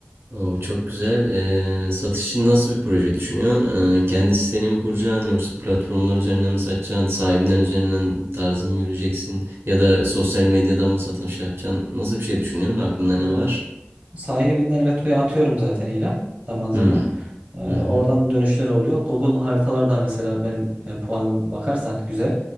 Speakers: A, on the right (about 75°); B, on the right (about 35°).
A: O çok güzel. Ee, satış için nasıl bir proje düşünüyorsun? Ee, kendi siteni mi kuracaksın yoksa platformlar üzerinden mi satacaksın? Sahibinden üzerinden tarzı mı yürüyeceksin? Ya da sosyal medyadan mı satış yapacaksın? Nasıl bir şey düşünüyorsun? Aklında ne
B: O
A: var?
B: sahibinden Letgo'ya atıyorum zaten ilan zaman zaman.
A: Hmm.
B: Ee, oradan
A: Hı hı.
B: dönüşler oluyor. Google haritalarda mesela benim e, puanım bakarsan güzel.